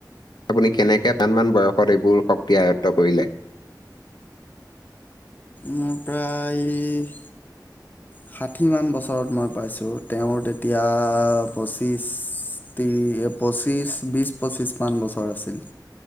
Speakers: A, on the left; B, on the left.
A: আপুনি কেনেকে টানমান বয়সত এইবোৰ শক্তি আয়ত্ত কৰিলে?
B: মুক ধৰা এই ষাঠিমান বছৰত মই পাইছোঁ, তেওঁ তেতিয়া পঁচিছ পঁচিশ বিশ পঁচিশ মান বছৰ আছিল।